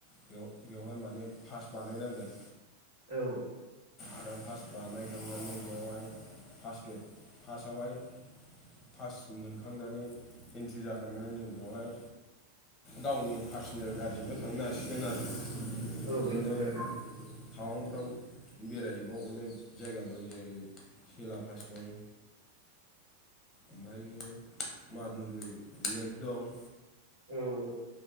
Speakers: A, on the left (about 20°); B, on the right (about 70°).
A: बेव-बेवहाय माने फास्ट बानायनांगोन।
B: औ।
A: आरो फास्ट बानायखांनानै बेवहाय फास्ट गेट फास्टआवहाय पास मोनखांनानै एन्ट्रि जाखांनानै जों बेवहाय गावनि पार्सनेल गारिजोंबो थांनो हासिगोन आरो
B: औ
A: बिदिनो
B: नंगौ नोंथां
A: टावांफ्राव बेरायहैबा अनेक जायगा दं जेरै सेला पास दं। ओमफायो मादुरि लेक दं।
B: औ औ।